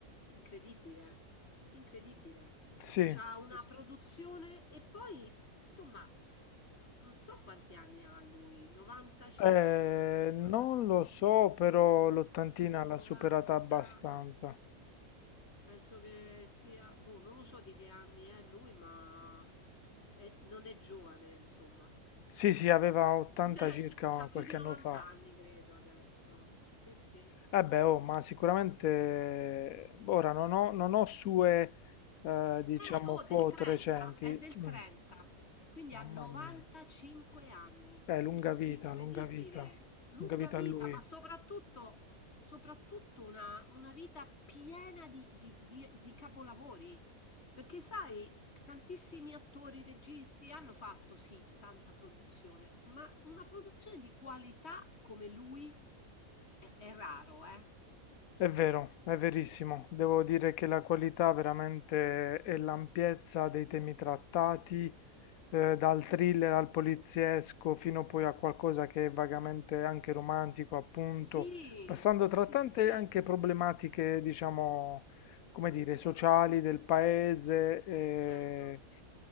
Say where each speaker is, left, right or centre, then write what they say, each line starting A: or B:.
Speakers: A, on the left (about 50°); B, on the left (about 80°).
A: incredibile, incredibile.
B: sì.
A: C'ha una produzione e poi, insomma, non so quanti anni ha lui, 95,
B: Eh,
A: quanti ce
B: non
A: n'ha?
B: lo so, però l'ottantina
A: 90
B: l'ha superata abbastanza.
A: Penso che sia, boh, non lo so di che anni è lui, ma è- non è giovane, insomma.
B: Sì, sì, aveva 80
A: <laughs>
B: circa
A: C'ha più
B: qualche
A: di
B: anno
A: 90
B: fa.
A: anni, credo, adesso. Sì, sì.
B: Eh beh, oh, ma sicuramente eh, ora non ho, non ho sue, eh,
A: Eh,
B: diciamo,
A: oh,
B: foto
A: del 30,
B: recenti.
A: è del
B: Mm,
A: 30, quindi
B: mamma
A: ha 95
B: mia.
A: anni.
B: Eh, lunga vita,
A: Incredibile,
B: lunga vita,
A: lunga
B: lunga vita
A: vita,
B: a lui.
A: ma soprattutto, soprattutto una, una vita piena di, di- di- di capolavori. Perché sai, tantissimi attori, registi hanno fatto sì tanta produzione, ma una produzione di qualità come lui è, è raro, eh?
B: È vero, è verissimo. Devo dire che la qualità veramente e l'ampiezza dei temi trattati, eh, dal thriller al poliziesco fino poi a qualcosa che è vagamente anche romantico, appunto,
A: Sì,
B: passando tra
A: sì,
B: tante
A: sì, sì,
B: anche problematiche, diciamo, come dire, sociali del paese, eh,
A: certo,